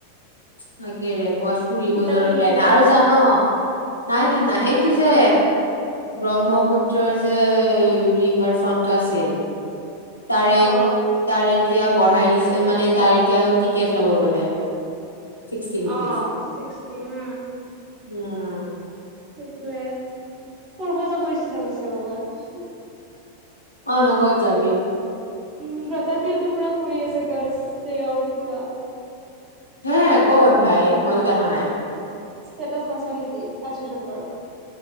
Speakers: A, on the left; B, on the right.
A: তাকেৰে ক'বাত ফুৰিব
B: কিতাপ
A: যোৱাৰ
B: কিনিলি
A: প্লেনাই
B: তই
A: আৰু জান নাই কিনা এইটো যে
B: কি
A: ব্ৰহ্মপুত্ৰৰ যে ৰিভাৰ ফ্ৰণ্টটো আছিল, তাৰে,
B: অ
A: তাৰে এতিয়া বঢ়াই দিছে মানে তাৰ এতিয়াও টিকেট ল'ব বোলে ছিক্সটি ৰুপিজ
B: অ ছিক্সটি উম
A: উম
B: সেইটয়ে ফূৰ্ব যাব ইচ্ছা গৈছে লগবাত।
A: অ নগদ যাবি।
B: উ ব্ৰতাতিহঁতে পুৰা ফৰি আছে গাৰ্ল প্লেয়াআউট পুৰা।
A: হে ক'ত ভাই মজুত দেখা নাই?
B: ষ্টেটাছ নাচা নেকি কাশী চত্বৰ।